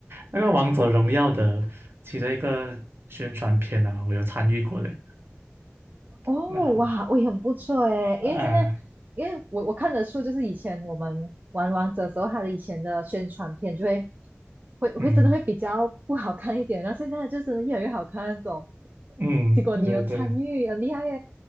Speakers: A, on the right; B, on the right.
A: 那个《王者荣耀》的其中一个宣传片啊，我有参与过嘞。
B: 哦，
A: 那好，
B: 哇，我也很不错诶，
A: 啊，
B: 因为现在，
A: 啊
B: 因为我我看得出，就是以前我们玩王者的时候，它的以前的宣传片就会会会真的会比较不好看一点，
A: 嗯
B: 然后现在就真的越来越好看那种。
A: 嗯，
B: 结果你有参与，
A: 对对对，
B: 很厉害耶，